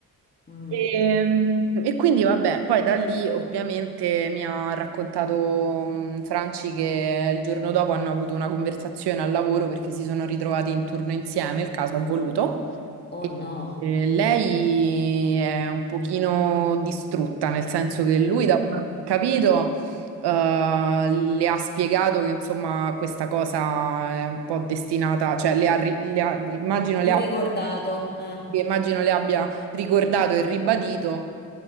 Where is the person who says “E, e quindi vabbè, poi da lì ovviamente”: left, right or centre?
Right